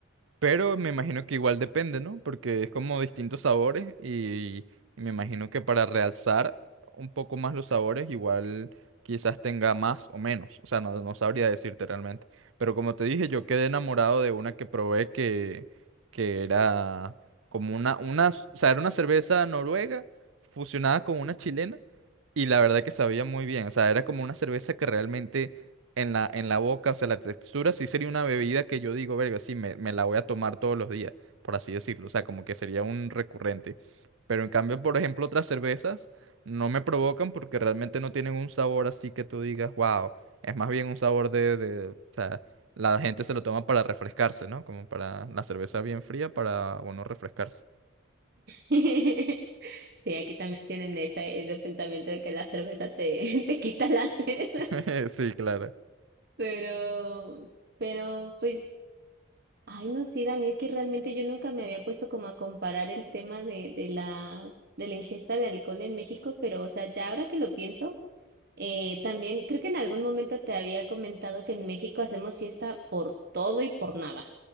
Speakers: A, on the right; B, on the right.
A: Pero me imagino que igual depende, ¿no? Porque es como distintos sabores y me imagino que para realzar un poco más los sabores, igual quizás tenga más o menos. O sea, no, no sabría decirte realmente. Pero como te dije, yo quedé enamorado de una que probé que, que era como una, una, o sea, era una cerveza noruega fusionada con una chilena. Y la verdad que sabía muy bien, o sea, era como una cerveza que realmente en la, en la boca, o sea, la textura sí sería una bebida que yo digo, verga, sí, me, me la voy a tomar todos los días, por así decirlo, o sea, como que sería un recurrente. Pero en cambio, por ejemplo, otras cervezas no me provocan porque realmente no tienen un sabor así que tú digas, wow, es más bien un sabor de, de, o sea, la gente se lo toma para refrescarse, ¿no? Como para la cerveza bien fría, para, bueno, refrescarse.
B: <laughs> Sí, aquí también tienen esa- ese pensamiento de que la cerveza te, <laughs> te quita la sed.
A: <laughs> Sí, claro.
B: Pero, pero, pues, ay, no, sí, Dani, es que realmente yo nunca me había puesto como a comparar el tema de, de la, de la ingesta de alcohol en México, pero, o sea, ya ahora que lo pienso, eh, también creo que en algún momento te había comentado que en México hacemos fiesta por todo y por nada.